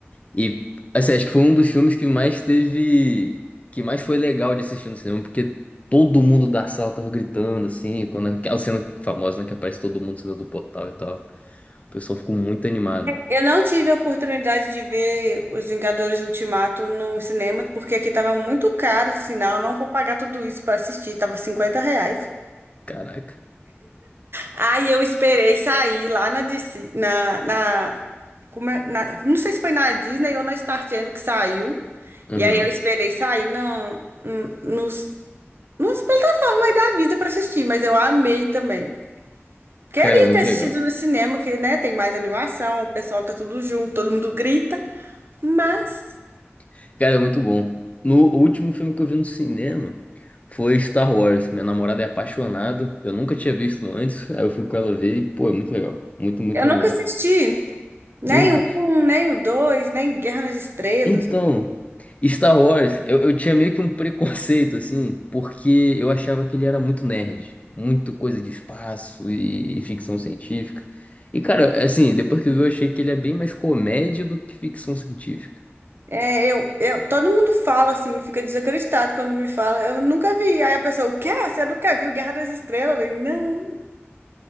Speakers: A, on the left; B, on the right.
A: E assim, acho que foi um dos filmes que mais teve. Que mais foi legal de assistir no cinema, porque todo mundo da sala tava gritando, assim, quando aquela cena famosa, né? Que aparece todo mundo saindo do portal e tal. O pessoal ficou muito animado.
B: Eu não tive a oportunidade de ver Os Vingadores Ultimato no cinema, porque aqui tava muito caro, sinal, eu não vou pagar tudo isso pra assistir, tava 50 reais.
A: Caraca.
B: Aí eu esperei sair lá na DC, na, na, como é- na- não sei se foi na Disney ou na Star Channel que saiu.
A: Uhum.
B: E aí eu esperei sair na, n- nos, nos plataformas aí da vida pra assistir, mas eu amei também. Queria
A: Cara, é muito
B: ter assistido
A: legal.
B: no cinema, que, né, tem mais animação, o pessoal tá tudo junto, todo mundo grita, mas
A: <laughs> Cara, é muito bom. No o último filme que eu vi no cinema foi Star Wars. Minha namorada é apaixonada. Eu nunca tinha visto antes. Aí eu fui com ela ver e, pô, é muito legal. Muito, muito
B: Eu nunca
A: maneiro.
B: assisti nem
A: nunca
B: o um, nem o dois, nem Guerra nas Estrelas.
A: Então, Star Wars, eu, eu tinha meio que um preconceito, assim, porque eu achava que ele era muito nerd, muito coisa de espaço e, e ficção científica. E, cara, assim, depois que eu vi, eu achei que ele é bem mais comédia do que ficção científica.
B: É, eu, eu, todo mundo fala assim, fica desacreditado quando me fala. Eu nunca vi. Aí a pessoa, o quê? Você nunca viu Guerra nas Estrelas? Eu, falei, não.